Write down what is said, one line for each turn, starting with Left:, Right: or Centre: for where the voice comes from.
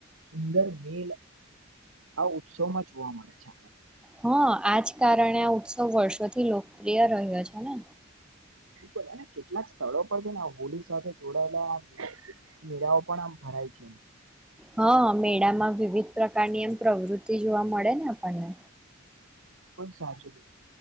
Right: સુંદર મેલ આ ઉત્સવમાં જોવા મળે છે આપડને.
Centre: હા આજ કારણે આ ઉત્સવ વર્ષોથી લોકપ્રિય રહ્યો છે ને.
Right: બિલકુલ અને કેટલાક સ્થળો પર છે ને હોલી સાથે જોડાયેલા મેળાઓ પણ આમ ભરાય છે.
Centre: હન, મેળામાં વિવિધ પ્રકારની એમ પ્રવૃતિ જોવા મળે ને આપણને.
Right: પણ સાચું કીધું.